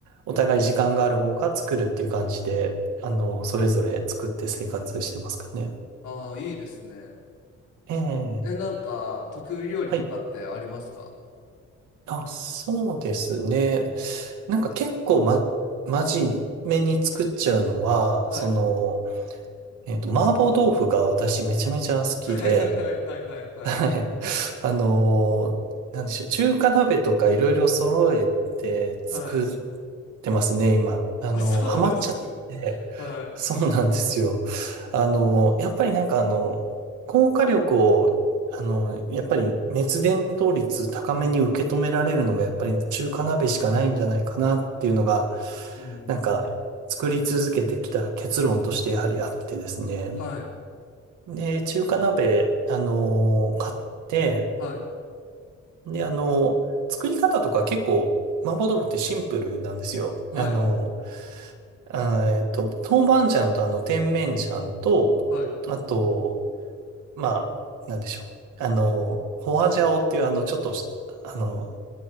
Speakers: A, on the right; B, on the left.
A: お互い時間がある方が作るっていう感じで、あの、それぞれ作って生活してますかね。
B: ああ、いいですね。
A: ええ、
B: え、なんか得意料理とかってありますか
A: はい。あ、そうですね。なんか結構ま、真面目に作っちゃうのは、
B: はい。
A: その、えっと、麻婆豆腐が私めちゃめちゃ好きで、
B: はいはいはいはいはい
A: はい。あのーなんでしょう。中華鍋とかいろいろ揃えて作っ
B: はい。
A: てますね、今。あのーハマっちゃって。
B: あ、そうなんですね。はい。
A: そうなんですよ。あのーやっぱりなんかあの、高火力を、あのーやっぱり熱伝導率高めに受け止められるのがやっぱり中華鍋しかないんじゃないかなっていうのが、
B: はい。うんうんうん。
A: なんか作り続けてきた結論としてやはりあってですね。
B: はい。
A: で、中華鍋、あのー買って、
B: はい。
A: で、あの、作り方とか結構、麻婆豆腐ってシンプルなんですよ。
B: はい。
A: あの、あーえっと、豆板醤とあの、甜麺醤と、
B: はい。
A: あと、まあ、なんでしょう。あの、ホワジャオっていうあの、ちょっとし、あの、